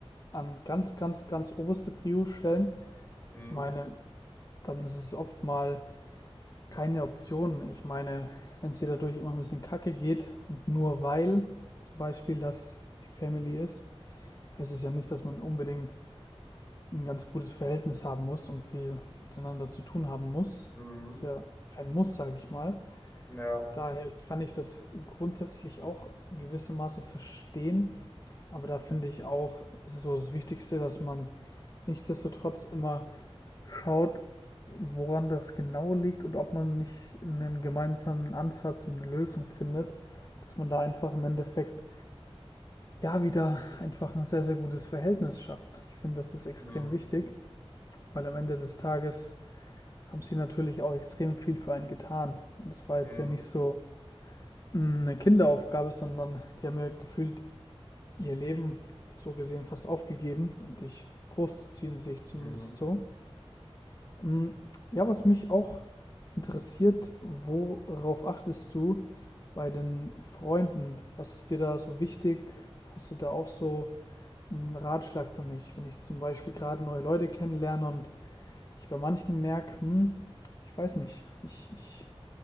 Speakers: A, on the left (about 35°); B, on the left (about 20°).
A: an ganz, ganz, ganz oberste Prio stellen.
B: Mhm.
A: Ich meine, dann ist es oft mal keine Option. Ich meine, wenn es dir dadurch immer ein bisschen kacke geht und nur weil zum Beispiel das die Family ist, heißt es ja nicht, dass man unbedingt ein ganz gutes Verhältnis haben muss und viel miteinander zu tun haben muss.
B: Mhm.
A: Ist ja kein Muss, sage ich mal.
B: Ja.
A: Daher kann ich das grundsätzlich auch gewissermaßen verstehen. Aber da finde ich auch, ist es so das Wichtigste, dass man nichtsdestotrotz immer schaut, woran das genau liegt und ob man nicht einen gemeinsamen Ansatz und eine Lösung findet, dass man da einfach im Endeffekt ja wieder einfach ein sehr, sehr gutes Verhältnis schafft. Ich finde, das ist extrem
B: Mhm.
A: wichtig, weil am Ende des Tages haben sie natürlich auch extrem viel für einen getan. Und es war
B: Mhm.
A: jetzt ja nicht so eine Kinderaufgabe, sondern die haben ja gefühlt ihr Leben so gesehen fast aufgegeben, um dich großzuziehen, sehe ich zumindest
B: Mhm.
A: so. Mm, Ja, was mich auch interessiert, worauf achtest du bei den Freunden? Was ist dir da so wichtig? Hast du da auch so einen Ratschlag für mich, wenn ich zum Beispiel gerade neue Leute kennenlerne und ich bei manchen merke, hm, ich weiß nicht, ich, ich